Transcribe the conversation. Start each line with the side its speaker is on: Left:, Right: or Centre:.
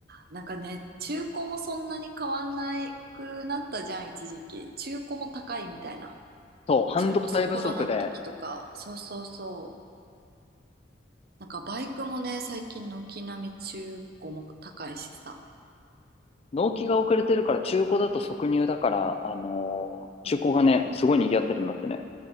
Right: ーなんかね、中古もそんなに変わんないくなったじゃん、一時期。中古も高いみたいな。
Left: そう、半導体不足で、
Right: それこそコロナの時とか。そうそうそう。なんかバイクもね、最近軒並み中古も高いしさ。
Left: 納期が遅れてるから中古だと即入だから、あのー中古がね、
Right: うん。
Left: すごい賑わってるんだってね。